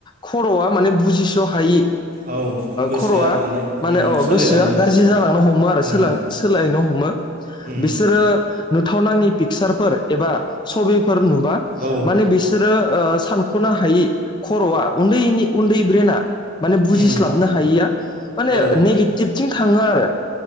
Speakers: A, on the left; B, on the right.
A: खर'आ माने बुजिस' हायि।
B: औ गोसोआ
A: खर'आ माने
B: उम
A: अ
B: सोलायलाङो
A: गोसोआ गाज्रि जालांनो हमो आरो
B: ओं
A: सोलायनो हमो।
B: उम
A: बिसोरो नुथाव नाङि। पिकसारफोर एबा सबिफोर नुबा
B: औ
A: माने बिसोरो। सानख'नो हायि खर'आ उन्दैनि उन्दै ब्रेना। माने बुजिस्लाबनो
B: उम
A: हायिया माने
B: औ
A: नेगेटिभथिं थाङो आरो।